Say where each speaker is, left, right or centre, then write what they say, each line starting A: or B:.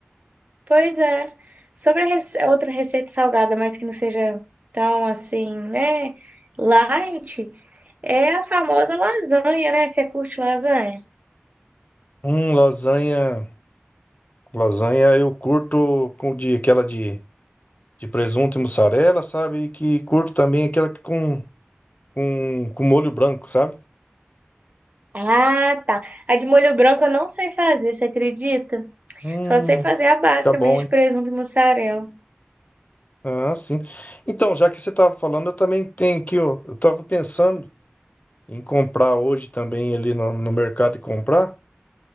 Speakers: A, on the right; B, on the left.
A: Pois é. Sobre a rece- outra receita salgada, mas que não seja tão assim, né? Light, é a famosa lasanha, né? Você curte lasanha?
B: Hum, lasanha. Lasanha eu curto com de aquela de, de presunto e mussarela, sabe? E que curto também aquela que com, com, com molho branco, sabe?
A: Ah, tá. A de molho branco eu não sei fazer, você acredita?
B: Hum,
A: Só sei fazer a básica
B: fica bom,
A: mesmo, de
B: hein?
A: presunto e mussarela.
B: Ah, sim. Então, já que você estava falando, eu também tenho aqui, ó, eu estava pensando em comprar hoje também ali no, no mercado e comprar